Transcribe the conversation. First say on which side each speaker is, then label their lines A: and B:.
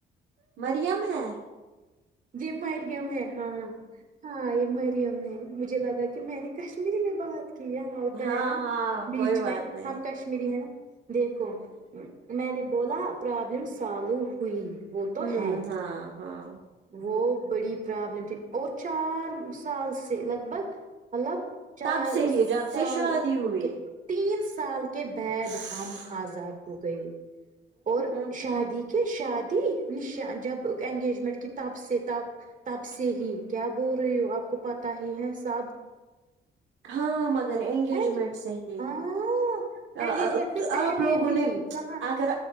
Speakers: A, on the right (about 70°); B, on the right (about 40°).
A: مریم ہے
B: جی مریم ہے ہاں ہاں یہ مریم ہے مجھے لگا کہ میں نے کشمیری میں بات کیا ہوتا
A: ہاں
B: ہے نا
A: ہاں
B: بیچ
A: کوئی بات
B: میں
A: نہیں
B: ہم کشمیری ہے نا دیکھو میں نے بولا پرابلم سالو ہوئی وہ تو
A: ہوں
B: ہے
A: ہاں ہاں
B: وہ بڑی پرابلم تھی اور چار سال سے لگ بھگ مطلب چار
A: تب سے ہی جب
B: سال
A: سے شادی ہوئی
B: کے تین سال کے بعد
A: ا
B: ہم آزاد ہو گئے اور
A: ا
B: شادی
A: ا
B: کے کے شادی نشا جب انگیجمنٹ کی تب سے تب تب سے ہی کیا بول رہی ہو آپ کو پتا ہی ہے سب
A: ہاں مگر انگیجمنٹ
B: اینگ
A: صحیح ہے
B: ہاں انگیجمنٹ سے پہلے
A: آپ لوگوں
B: بھی
A: نے
B: کہاں
A: اگر